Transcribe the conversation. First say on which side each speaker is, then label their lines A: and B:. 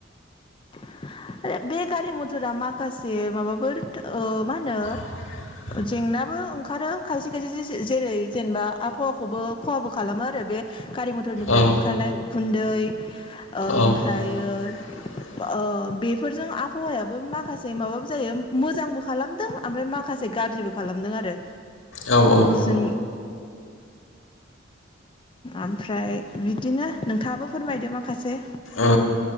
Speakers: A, on the left (about 25°); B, on the left (about 85°).
A: आरो बे गारि मथरा माखासे माबाफोर ओ मा होनो
B: <inaudible>
A: जेंनाबो ओंखारो खायसे खायसे जेरै जेनेबा आबहावाखौबो खहाबो खालामो आरो बे गारि मथरनिफ्राय
B: औ
A: ओंखारनाय उखुन्दै ओमफ्रायो
B: औ <inaudible>
A: ओ बेफोरजों आबहावायाबो माखासे माबाबो जायो मोजांबो खालामदों ओमफ्राय माखासे गाज्रिबो खालामदों आरो
B: औ औ
A: जों ओमफ्राय बिदिनो नोंथाङाबो फोरमायदो माखासे
B: ओ